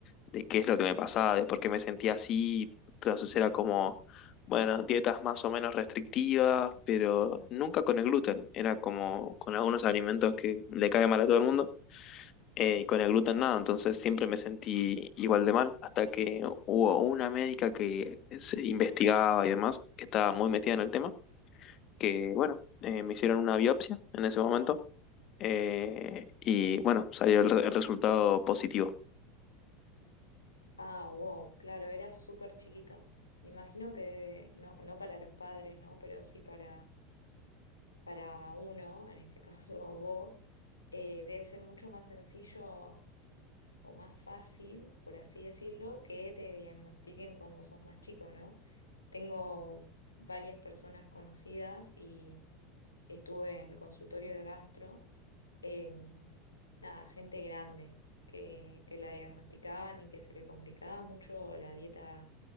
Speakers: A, on the left; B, on the left.
A: de qué es lo que me pasaba, de por qué me sentía así. Entonces era como, bueno, dietas más o menos restrictivas, pero nunca con el gluten. Era como con algunos alimentos que le caen mal a todo el mundo. eh, y con el gluten nada, entonces siempre me sentí igual de mal, hasta que hubo una médica que se investigaba y demás, que estaba muy metida en el tema, que, bueno, eh, me hicieron una biopsia en ese momento eh, y, bueno, salió el, re- el resultado positivo.
B: Ah, wow, claro, era súper chiquito. Me imagino que no, no para los padres, ¿no? Pero sí para, para uno, en este caso <laughs> vos, eh, debe ser mucho más sencillo o más fácil, por así decirlo, que te diagnostiquen cuando sos más chico, ¿no? Tengo varias personas conocidas y estuve en consultorio de gastro, em, nada, gente grande que, que la diagnosticaban y que se le complicaba mucho la dieta